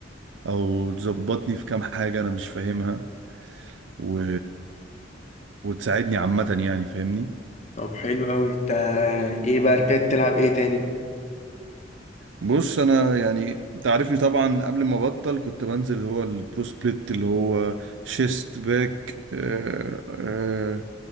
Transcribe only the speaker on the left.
طب حلو اوي انت ايه بقى رجعت تلعب ايه تاني؟